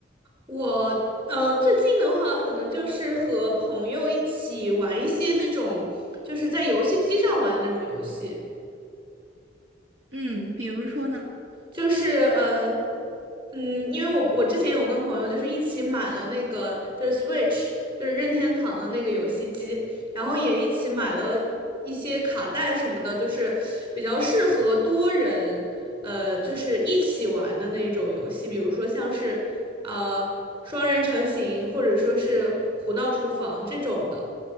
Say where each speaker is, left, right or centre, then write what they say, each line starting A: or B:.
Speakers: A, on the right (about 25°); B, on the right (about 85°).
A: 我呃，最近的话，可能就是和朋友一起玩一些那种，就是在游戏机上玩的那种游戏。
B: 嗯，比如说呢？
A: 就是呃，嗯，因为我我之前有跟朋友就是一起买了那个就是 Switch，就是任天堂的那个游戏机，然后也一起买了一些卡带什么的，就是比较适合多人，呃，就是一起玩的那种游戏，比如说像是呃双人成行，或者说是胡闹厨房这种的，